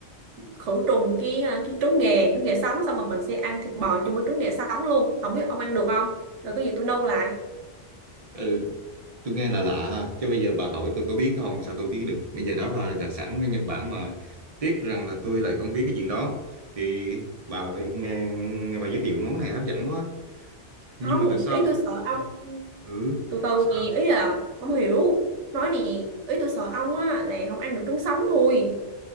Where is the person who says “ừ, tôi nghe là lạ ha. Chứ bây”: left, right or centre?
Right